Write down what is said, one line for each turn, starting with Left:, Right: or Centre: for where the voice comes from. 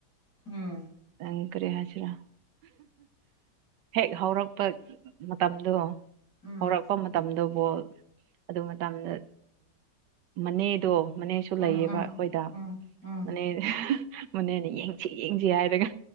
Left: ꯎꯝ
Right: ꯎꯝ꯫ ꯀꯔꯤ ꯍꯥꯏꯁꯤꯔꯥ ꯍꯦꯛ ꯍꯧꯔꯛꯄ꯫ ꯃꯇꯝꯗꯣ
Left: ꯎꯝ
Right: ꯍꯧꯔꯛꯄ ꯃꯇꯝꯗꯨ ꯕꯣꯜ꯫ ꯑꯗꯨ ꯃꯇꯝꯗ ꯃꯅꯦꯗꯣ ꯃꯅꯦꯁꯨ
Left: ꯎꯝ
Right: ꯂꯩꯌꯦꯕ
Left: ꯎꯝ
Right: ꯑꯩꯈꯣꯏꯗ꯫
Left: ꯎꯝ ꯎꯝ
Right: ꯃꯅꯦ ꯃꯅꯦꯅ ꯌꯦꯡꯁꯤ ꯌꯦꯡꯁꯤ ꯍꯥꯏꯔꯒ꯫